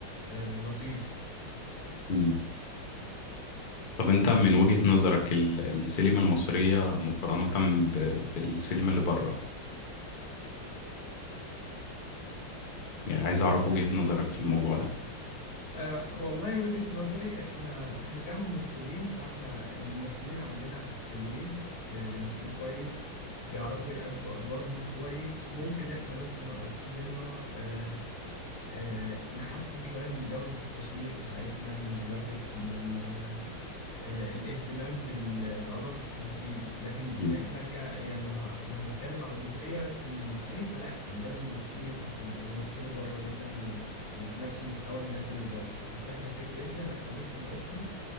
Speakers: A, on the left; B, on the left.
A: آه لطيف
B: مم. طب أنت من وجهة نظرك ال- السينما المصرية مقارنة ب- بالسينما اللي بره يعني عايز أعرف
A: م.
B: وجهة نظرك في الموضوع ده
A: أه والله وجهة نظري احنا احنا كممثلين فاحنا الممثلين عندنا حلوين آه، بيمثلوا كويس بيعرفوا يأدوا أدوارهم كويس ممكن احنا بس ناقص لنا أه أه نحسن شوية من جودة التصوير بتاعتنا من الجرافيكس من آه، الاهتمام بال- بأدق التفاصيل لكن
B: مم.
A: احنا ك يعني لو ه- لو هنتكلم على جزئية الممثلين فلا احنا عندنا ممثلين ينفع تم- يمثلوا بره جدا و- وفي نفس مستوى الناس اللي بره بس احنا فكرتنا اللي احنا بس ناقصنا